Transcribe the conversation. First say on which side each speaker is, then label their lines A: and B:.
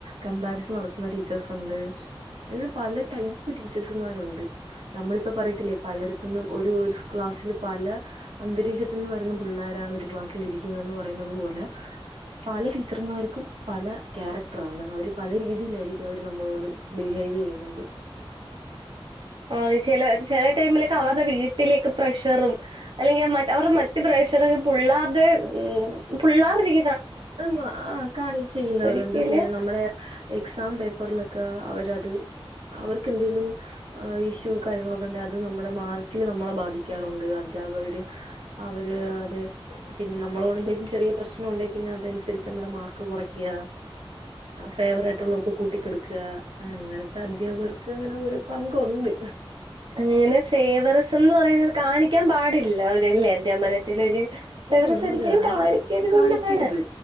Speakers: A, on the right (about 80°); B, on the right (about 60°).
A: കമ്പാരിസൺ നട- ത്തുന്നാ ടീച്ചേഴ്സ് ഉണ്ട് അങ്ങനെ പലടൈപ്പ് ടീച്ചേഴ്സുമാരുണ്ട് നമ്മളിപ്പപറയത്തില്ലേ പലയിടത്തുന്നും ഒരുഒര്ക്ലാസ്സില് പല അന്തരീക്ഷത്ത്ന്ന് വരുന്ന പുള്ളാരാണ് ഒരു ക്ലാസ്സിലിരിക്കുന്നെന്ന് പറയുന്നത്പോലെ പല ടീച്ചർമാർക്കും പല ക്യാരക്ടറാണ് അവര് പലരീതിയിലായിരിക്കും അവര് നമ്മളോട് ബിഹേവെയ്യുന്നത്
B: ആഹ് ചെലചെലടൈമിലൊക്കെ അവർടെ വീട്ടിലേക്ക്പ്രഷറും അല്ലെങ്കിമറ്റ് അവർടെ മറ്റു ബ്രയിഷറ് പുള്ളാർടെ ഉം പുള്ളാർരിക്ക്
A: ആഹ് മ്മാ ആഹ് കാണിചെയ്യുന്നവരുണ്ട്
B: ഒരിക്കല്
A: പിന്നെനമ്മുടെ എക്സാംപേപ്പർളൊക്ക അവരത് അവർക്ക്എന്തേലും ആഹ് ഇഷ്യു കാര്യങ്ങളൊക്കെ ഇണ്ടേ അത് നമ്മുടെ മാർക്കില്നമ്മളെ ബാധിക്കാറുണ്ട് അധ്യാപകര് അവര് അതെ പിന്നെ നമ്മളോട് എന്തെങ്കി ചെറിയ പ്രശ്നംഉണ്ടേ പിന്നെ അതൻസരിച്ച് അമ്മടെമാർക്ക്കുറയ്ക്ക ഫേവറേറ്റുള്ളോൽക്ക്കൂട്ടിക്കൊടുക്ക ആഹ് അങ്ങനത്തെ അധ്യാപകർക്ക് അങ്ങനെഒരുപങ്കൊണ്ട്
B: അങ്ങനെ ഫേവറിസംന്ന് പറയുന്നത് കാണിക്കാൻ പാടില്ല അവരല്ലേ അദ്ധ്യാപനത്തിലൊര് ഫ്രേവറിസം
A: ഉം
B: ഒരിക്കലും
A: അതെ അത്
B: കാണിക്കരുത്
A: കാണിക്കരുത്
B: എന്നാണ്